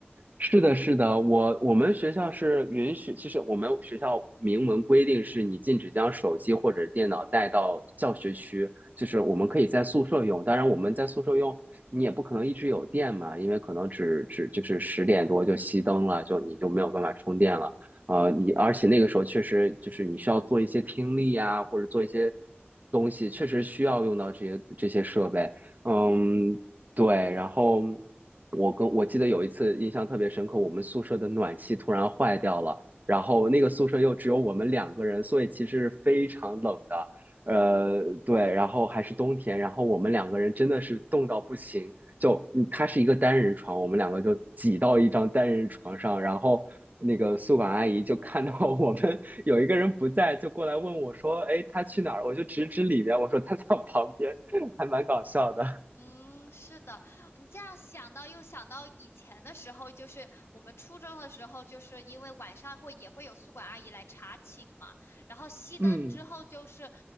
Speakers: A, on the right; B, on the left.
A: 是的，是的，我我们学校是允许，其实我们学校明文规定是你禁止将手机或者电脑带到教学区，就是我们可以在宿舍用，当然我们在宿舍用，你也不可能一直有电嘛，因为可能只只就是十点多就熄灯了，就你就没有办法充电了，呃，你而且那个时候确实就是你需要做一些听力呀，或者做一些东西，确实需要用到这些这些设备，嗯，
B: 嗯
A: 对，然后。我跟我记得有一次印象特别深刻，我们宿舍的暖气突然坏掉了，然后那个宿舍又只有我们两个人，所以其实是非常冷的。呃，对，然后还是冬天，然后我们两个人真的是冻到不行，就嗯它是一个单人床，我们两个就挤到一张单人床上，然后那个宿管阿姨就看到我们 <laughs> 有一个人不在，就过来问我说：“哎，他去哪儿？”我就指指里面，我说他在我旁边，还蛮搞笑的。
B: 嗯，是的，你这样想到又想到以前的时候，就是我们初中的时候，就是因为晚上会也会有宿管阿姨来查寝嘛，然后熄灯之后就是
A: 嗯，